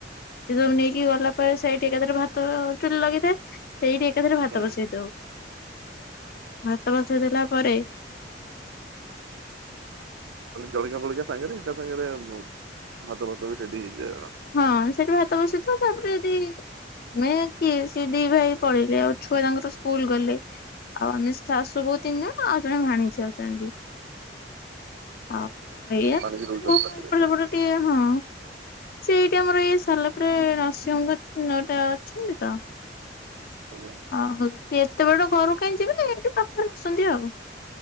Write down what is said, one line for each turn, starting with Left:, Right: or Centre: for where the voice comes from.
Left: ସେ ସବୁ ନେଇକି ଗଲା ପରେ ସେଇଠି ଏକାଥରେ ଭାତ ଚୁଲି ଲାଗିଥାଏ। ସେଇଠି ଏକାଥରେ
Right: ହୁଁ
Left: ଭାତ ବସେଇ ଦଉ ଭାତ ବସେଇ ଦେଲା ପରେ
Right: ମାନେ ଜଳିଖିଆ ଫଳିଖିଆ ସାଙ୍ଗେରେ ଏଇଟା ସାଙ୍ଗରେ ଭାତ ଭାତ ବି ରେଡି ହେଇଯାଏ ଆଉ।
Left: ହଁ ସେଠି ଭାତ ବସିଥିବ ତାପରେ ଯଦି ଆମେ କିଏ ସେ ଦି ଭାଇ ପଳେଇବେ। ଆଉ ଛୁଆ ତାଙ୍କର ସ୍କୁଲ ଗଲେ ଆଉ ଆମେ ଶାଶୁ, ବୋଉ ତିନି ଜଣ ଆଉ ଜଣେ ଭାଣିଜୀ ଅଛନ୍ତି। ଆଉ ଏଇଆ
Right: ମାନିକି
Left: ମୁଁ
Right: ରହୁଛନ୍ତି ପାଖରେ
Left: ଏପଟେ
Right: ନାଇଁ?
Left: ସେପଟ ଟିକେ। ହୁଁ ସେ ଏଇଠି ଆମର ଏଇ ସାରିଲା ପରେ ନରସିଂହଙ୍କଟେ ଅଛନ୍ତି ତ
Right: ଓ
Left: ଓ ହଉ ଏତେ ବାଟ ଘରକୁ କାହିଁ ଯିବେ ନା ଏଇଠି ପାଖରେ ଆସନ୍ତି ଆଉ।